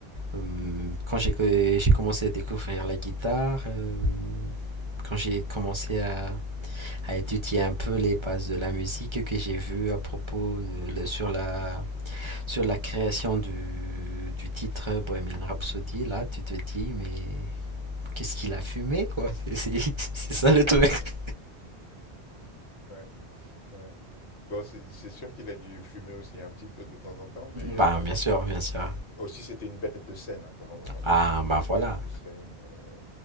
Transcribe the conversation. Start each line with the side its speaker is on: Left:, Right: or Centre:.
Right: Euh, Quand j'ai j'ai commencé à découvrir la guitare, euh, quand j'ai commencé à, à étudier un peu les bases de la musique que j'ai vu à propos de, le- sur la sur la création du, du titre Bohemian Rhapsody, là tu te dis mais qu'est-ce qu'il a fumé quoi? C'est c'est- <laughs> c'est
Left: <laughs>
Right: ça le truc.
Left: Ouais, ouais. Bon, c'est c'est sûr qu'il a dû fumer aussi un petit peu de temps en temps, mais euh,
Right: Bah bien sûr, bien sûr.
Left: aussi c'était une bête de scène, hein, vraiment
Right: Ah
Left: une,
Right: bah
Left: une
Right: voilà.
Left: bête de scène. euh,